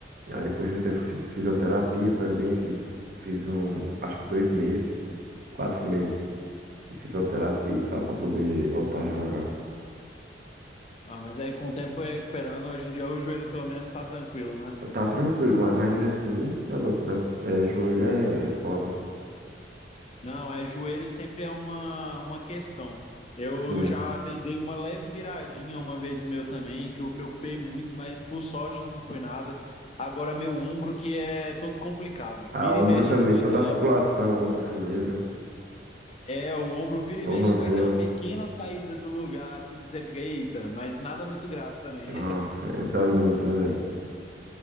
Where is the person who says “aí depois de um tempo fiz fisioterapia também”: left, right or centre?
Right